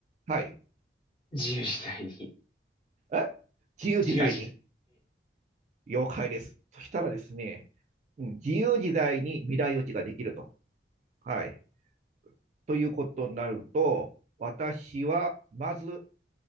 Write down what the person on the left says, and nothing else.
自由自在に、
自由自、